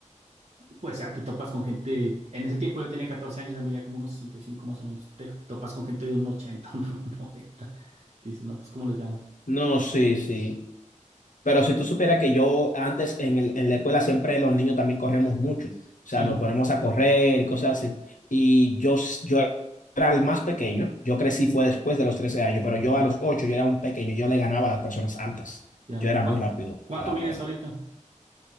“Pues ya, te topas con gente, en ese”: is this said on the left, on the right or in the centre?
Right